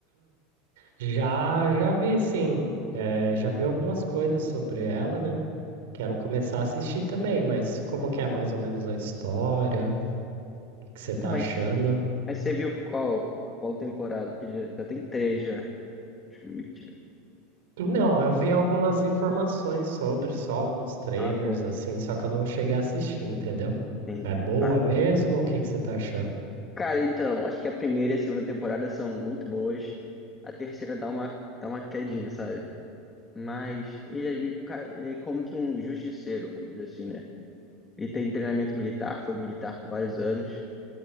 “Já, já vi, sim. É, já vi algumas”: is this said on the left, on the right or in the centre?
Right